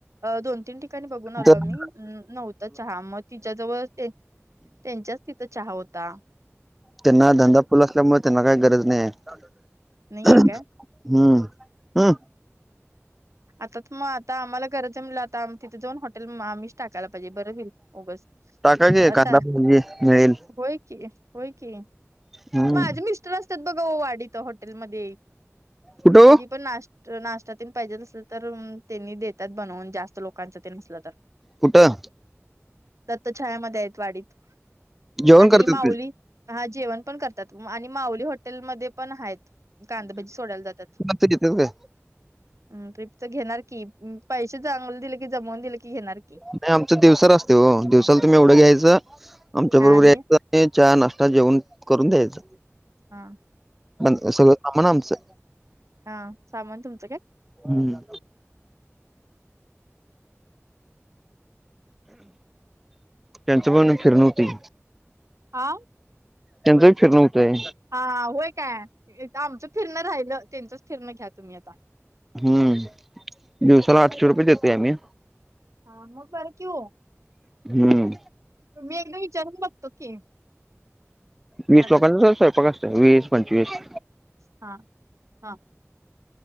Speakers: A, on the right (about 80°); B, in the centre.
A: दोन तीन ठी काणी बघून आल
B: तर
A: मी नव्हतं चहा मग तिच्या जवळ त्यांच्याच तिथं चहा होता
B: त्यांना धंदा फुल असल्यामुळे त्यांना काही गरज नाही आहे
A: नाही आहे काय?
B: हम्म हम्
A: आता मग आता आम्हाला गरज आहे म्हणाल्यावर आता आ तिथे जाऊन हॉटेल आमही टाकायला पाहिजे बरं व्हील गस
B: टाका की
A: असा
B: कांदा भजी मिळेल
A: होय की होय की
B: हम्म
A: माझे मिस्टर असतात बघा वाडीतहॉटेलमध्ये
B: कुठं
A: कधी
B: ओ
A: पण नाश नाश्ता तेन पाहिजेल तर त्यांनी देतात बनवून जास्त लोकांच तेन आसलं तर
B: कुठं
A: दत्तछायामध्ये आहेत वाडीत
B: जेवण
A: आणि
B: करतात
A: माऊली
B: काय
A: हा जेवण पण करतात आणि माऊली हॉटेलमध्ये पण आहेत कांदभजी सोडायला जातात
B: तिथच काय
A: हम ट्रिपच घेणार की पैसे चांगलं दिले की जमवून दिले की घेणार की
B: नाही आमचं दिवसाल असते हो दिवसालला तुम्ही एवढं घ्यायचं आमच्या बरोबर
A: आणि
B: यायचं चहा नाश्ता जेवण करून द्यायच
A: हा
B: पण सगळं सामान आमचं
A: हा सामान तुमचं काय
B: हम्म त्यांच पण फिरन होती
A: हा
B: त्यांच भी फिरणं होतय
A: हा होय काय आमचं फिरणं राहिलं त्यांचच फिरणं घ्या तुम्ही आता
B: हम्म दिवसाला आठशे रुपये देतय आम्ही
A: हा मग बरं की हो
B: हम्म
A: मी एकदा विचारून बघतो की
B: वीस
A: काय
B: लोकांचा स्वयंपाक असत वीस पंचवीस
A: हा हा